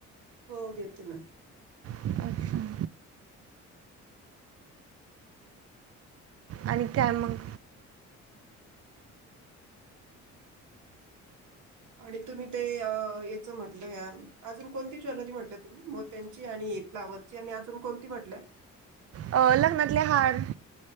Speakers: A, on the right; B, on the right.
A: हो घेते ना.
B: अच्छा आणि काय मगं
A: आणि तुम्ही ते याच म्हटलं अजून कोणती ज्वेलरी म्हटल तुम्ही मग त्यांची आणि फ्वरची आणि अजून कोणती म्हटलंय?
B: अ लग्नातले हार